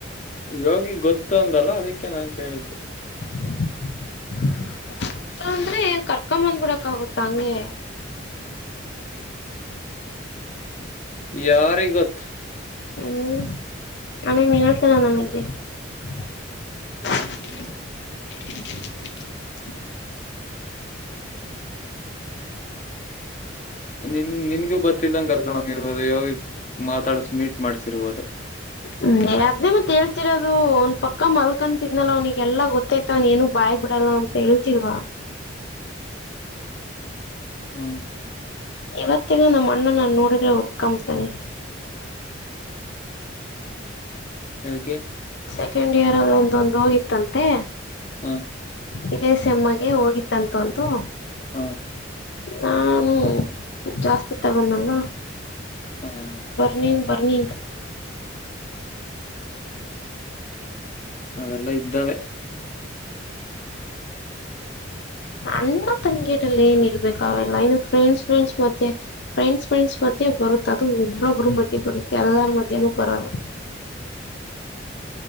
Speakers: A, on the left; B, on the left.
A: ರೋಗಿ ಗೊತ್ತು ಅಂದಲ್ಲ ಅದಕ್ಕೆ ನಾನ್ ಕೇಳಿದ್ದೆ
B: <unintelligible> ಅಂದ್ರೆ ಕರ್ಕೊಂದ್ ಬಿಡಕ್ ಆಗುತ್ತ ಹಂಗೆ
A: ಯಾರಿಗೆ ಗೊತ್ತು
B: ಹ್ಮ್ ಆಣ <unintelligible> ನಿಂತೆನ ನಂಬಿಕ <unintelligible>
A: ನಿನ್ ನಿನ್ಗೂ ಗೊಿಲ್ಲಂಗಗೆ ಕರ್ಕೊಂಡ ಹೋಗಿರ್ಬೋದು ಯಾವಾಗ ಮಾತಾಡಸ ಮೀಟ್ ಮಾಡಸಿರ್ಬೋದು
B: ಹ್ಮ ಅದ್ದೇ ಮತ್ತತ್ ಹೇಳ್ತಿರೋದು ಅವನ್ ಪಕ್ಕ ಮಲ್ಕಂತಿದ್ನಲ್ಲ ಅವನಿಗೆಲ್ಲಾ ಗೊತ್ತಾಯ್ತ ಅವ್ನ್ ಏನು ಭಯ ಬಿಡಲ್ಲ ಅಂತ ಎಳತಿವಾ
A: ಹ್ಮ
B: ಇವತ್ತಗ ನಮ್ಮ ಅಣ್ಣ ನಾನು ನೋಡಿದ್ರೆ ಹುರ್ಕಂಬತನನೆ
A: ಯಾಕೆ
B: ಸೆಕೆಂಡ್ ಇಯರ್ ಅಲ್ಲಿ ಒಂದೊಂದು ಹೋಗಿತ್ತಂತೆ
A: ಹಾಂ
B: ಇದೇ ಸಮ್ಮಗೆ ಹೋಗಿತ್ತಂತೆ
A: ಹಾ
B: ನಾನು ಜಾಸ್ತಿ ತಗೊಂಡಲ್ಲ
A: ಹ್ಮ್
B: ಬರ್ ನೀನ್ ಬರ್ ಹನೇಕ <unintelligible>
A: ಮಲ್ಲ <unintelligible> ಇದ್ದಲ್ಲೇ
B: ಹ <unintelligible> ಅನ್ನ ತಂಗಿಯರಲ್ಲಿ ಏನ್ ಇರ್ಬೇಕ ಅವೆಲ್ಲ ಇನ್ನು ಫ್ರೆಂಡ್ಸ್ ಫ್ರೆಂಡ್ಸ್ ಮತ್ತೆ ಫ್ರೆಂಡ್ಸ್ ಫ್ರೆಂಡ್ಸ್ ಮತ್ತೆ ಬರುತ್ತೆ ಅದು ಒಬ್ರೊಬ್ರು ಮದೆ ಬರುತ್ತೆ ಎಲ್ಲಾರ ಮದನೂ ಬರಲ್ಲ